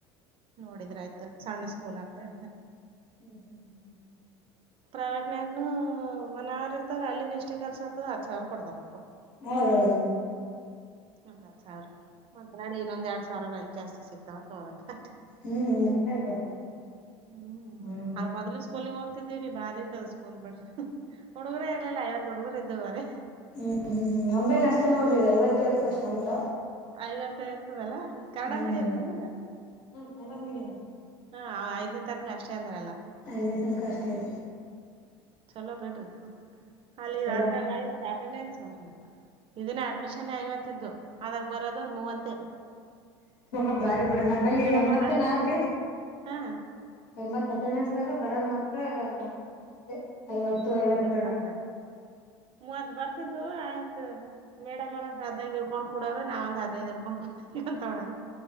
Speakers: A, on the right; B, on the left.
A: ನೋಡಿದ್ರ ಆಯ್ತು ಸಣ್ಣ ಸ್ಕೂಲ್ ಆಗ್ತಳ
B: ಹೂ ಹೂ ಹೂ ಹೂ ಹೂ
A: ಪ್ರೈವೇಟ್ ನಂಗನು ಮನಾರ್ ಇರ್ತಾರ ಅಲ್ಲಿ ಇಷ್ಟ ಕೆಲಸ ಇರ್ತದ ಹತ್ ಸಾವಿರ ಕೊಡ್ತಾರ
B: ಹೌದು ಹೌದು
A: ಒ ಹತ್ ಸಾವಿರ ಒಂದ್ನಾಡಿ ಇನ್ನೊಂದ್ ಎರಡ್ ಸಾವಿರಲ್ಲಿ ಜಾಸ್ತಿ ಸಿಕ್ತ ದವಾಕವರ ಕಟ್
B: ಹ್ಮ್ ಅ ನೋಡ
A: ಹೂ
B: ಹ್ಮ್
A: ಅಲ್ ಮೊದ್ಲು ಸ್ಕೂಲ್ಿಗೆ ಹೋಗ್ತಿದ್ದೀ್ರೀ ಬಾರಿ ್ ಸ್ಪೂನ್ ಬಿಡ್ರಿ ಹುಡುಗರೇ ಇರ್ಲಿಲ್ಲ ಐವತ್ತು ಹುಡುಗುರು ಇದವ್ರೀ
B: ಹೂ ಹೂ ಹೂ ನಂಬೈಲ್ ಅಷ್ಟೇ ನೋಡ್ರಿ ಐವತ್ತು ಇರ್ತಷ್ಟ ಸ್ಟ್ರೆಂಟ್
A: ಐವತ್ತ ಇರ್ತದಲ್ಲ ಕನ್ನಡ
B: ಹೂ
A: ಮೀಡಿಯಂ
B: ಹೇಳಿ
A: ಏನದ?
B: ಕನ್ನಡ ಮೀಡಿಯಂ
A: ಹ ಐದ್ರ್ ತನಕ ಅಷ್ಟೇ ಅಂದ್ರಲ್ಲ
B: ಯನ ತನ ಕಷ್ಟ ರ
A: ಚಲೋಪ ಬಿಡ್ರಿ ಅಲ್ಲಿ್ರಂಗವ
B: ಚಲೋ
A: ಆಾಕ ಹ ಇದನ್ನ ಅಡ್ಮಿಷನ್ ಐವತ್ತಿದ್ದು ಅದಾಗ ಬರೋದ ಒಂದ ಮೂವತ್ತೇ
B: ಹ ಬಾರಿ ಬಿಡಿ ನಲ್ಲಿ
A: ಅವ್ರ
B: ಎಂಬತ್ತು ಜನ ಆದ್ರಿ
A: ಹಾ
B: ಎಂಬತ್ತತ್ತು ಬರೋ ಮಾತ್ರ ಅಷ್ಟೇ
A: ಹ್ಮ್
B: ಐವತ್ತು ಐವತ್ತೆರಡು
A: ಅಯವತ್ತ ಮೂವಂತ ಬರ್ತೀನ್ ಆಯ್ತು ಮೇಡಮ್ರ ಹದ್ನೈದು ಇಳ್ಕೊಂಡ್ ಕುಡೋ ನಾವ ಒಂದ್ ಹದ್ ಇಳ್ಕೊಂಡ್ ಕುಡವ ಅಂತ ಒಡದು